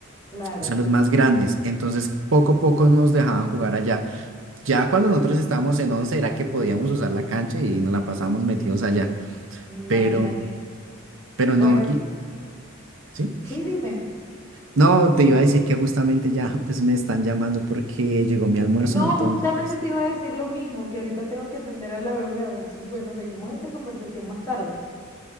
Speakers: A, on the left; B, on the right.
A: claro,
B: o sea, los más grandes. Entonces, poco a poco nos dejaban jugar allá. Ya cuando nosotros estábamos en 11 era que podíamos usar la cancha y nos la pasábamos metidos allá.
A: imagínate.
B: Pero, pero
A: Bueno,
B: no, y, ¿sí?
A: sí, dime.
B: No, te iba a decir que justamente ya pues me están llamando porque llegó mi almuerzo,
A: No,
B: entonces
A: justamente te iba a decir lo mismo, que ahorita tengo que atender a la bebé a ver si, bueno, seguimos esta conversación más tarde.